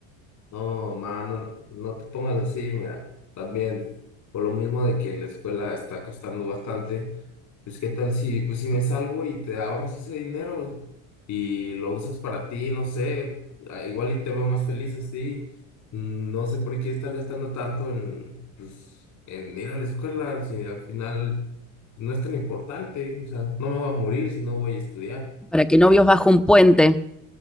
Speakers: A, on the left; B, in the centre.
A: No, ma, no, no te pongas así, mira, también por lo mismo de que la escuela está costando bastante, pues qué tal si, pues si me salgo y te ahorras ese dinero y lo usas para ti, no sé, ah, igual y te veo más feliz así, Mm, no sé por qué estar gastando tanto en, pues, en ir a la escuela, si al final no es tan importante, o sea, no me voy a morir si no voy a estudiar.
B: Para que no vivas bajo un puente